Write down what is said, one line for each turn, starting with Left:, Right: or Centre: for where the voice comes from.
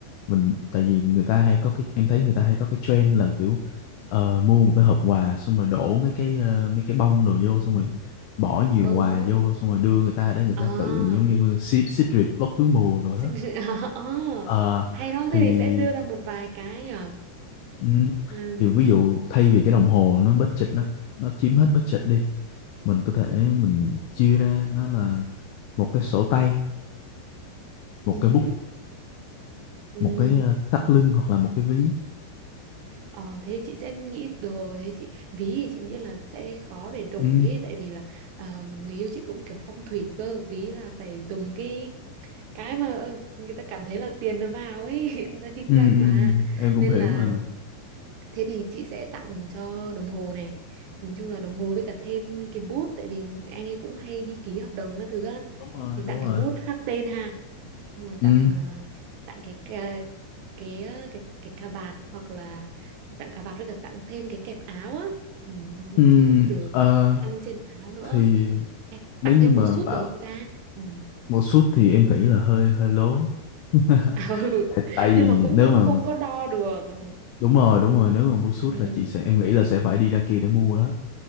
Left: mình tại vì người ta hay có cái em thấy người ta hay có cái trend là kiểu ờ, mua một cái hộp quà xong rồi đổ mấy cái ờ, mấy cái bông đồ vô xong rồi bỏ nhiều
Right: bông
Left: quà
Right: đúng
Left: vô
Right: không?
Left: xong rồi đưa người ta để người
Right: à
Left: ta
Right: Ờ,
Left: tự giống như xịt xịt rịt bóc túi mù rồi
Right: sinh
Left: đó
Right: <laughs> à,
Left: Ờ,
Right: hay đó
Left: thì
Right: thế thì sẽ đưa ra một vài cái nhở
Left: ừm,
Right: ừm,
Left: thì ví dụ thay vì cái đồng hồ nó budget nó nó chiếm hết budget đi mình có thể mình chia ra nó là một cái sổ tay một
Right: ừm
Left: cái bút
Right: Ừ.
Left: một cái ờ, thắt lưng hoặc là một cái ví
Right: Ờ, thế thì chị sẽ nghĩ được rồi thế chị ví thì chị nghĩ là sẽ khó để đổi
Left: ừ
Right: ấy, tại vì là à, người yêu chị cũng kiểu phong thủy cơ ví là phải dùng cái cái mà ờ, người ta cảm thấy là tiền nó vào ấy <laughs> người ta kinh
Left: ừ
Right: doanh
Left: ừ
Right: mà
Left: em cũng
Right: nên
Left: hiểu
Right: là
Left: mà
Right: thế thì chị sẽ tặng cho đồng hồ này nhìn chung là đồng hồ với cả thêm cái bút tại vì anh ấy cũng hay đi ký hợp đồng các thứ á
Left: đúng rồi
Right: thì
Left: đúng
Right: tặng
Left: rồi
Right: cái bút khắc tên ha xong rồi
Left: ừ
Right: tặng à, tặng cái cái cái à, cái, cái cà vạt hoặc là tặng cà vạt với cả tặng thêm cái kẹp áo á ừ,
Left: ừ
Right: cũng được
Left: ờ,
Right: và cái khăn trên áo nữa
Left: thì
Right: Hay
Left: nếu
Right: tặng
Left: như
Right: thêm
Left: mà
Right: bộ sút
Left: bảo
Right: được không ta ừ.
Left: một suit thì em nghĩ là hơi hơi lố <laughs>
Right: À, <laughs> ừ.
Left: tại, tại vì
Right: nhưng mà cũng
Left: nếu
Right: cũng
Left: mà
Right: không có đo được ừ.
Left: đúng rồi đúng rồi nếu mà mua suit
Right: Ừ.
Left: là chị sẽ em nghĩ là sẽ phải đi ra kia để mua đó